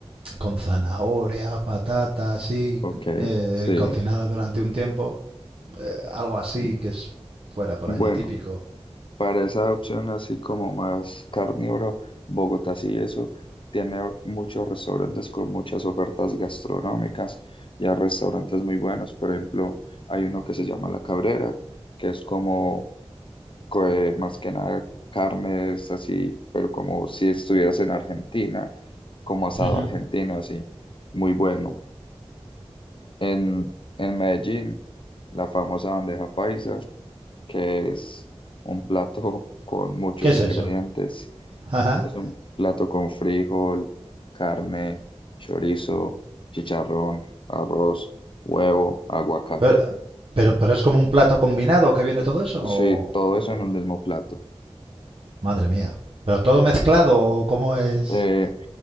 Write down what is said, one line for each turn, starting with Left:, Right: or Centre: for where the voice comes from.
Right: con zanahoria, patata, así,
Left: ok,
Right: eh,
Left: sí.
Right: cocinada durante un tiempo. Algo así
Left: mm,
Right: que es fuera por
Left: Bueno.
Right: allí típico.
Left: Para esa opción así como más carnívoro, Bogotá sí eso tiene muchos restaurantes con muchas ofertas gastronómicas y hay restaurantes muy buenos. Por ejemplo, hay uno que se llama La Cabrera, que es como co- eh, más que nada carnes así, pero como si estuvieras en Argentina, como asado
Right: Ujú.
Left: argentino así, muy bueno en, en Medellín, la famosa bandeja paisa, que es un plato <laughs> con muchos
Right: ¿Qué es
Left: ingredientes.
Right: eso? Ajá.
Left: Es un plato con frijol, carne, chorizo, chicharrón, arroz, huevo, aguacate.
Right: Pero, pero, pero es como un plato combinado que viene todo eso
Left: Sí,
Right: o...
Left: todo
Right: o-
Left: eso en un mismo plato.
Right: Madre mía. ¿Pero todo mezclado cómo es?
Left: Eh,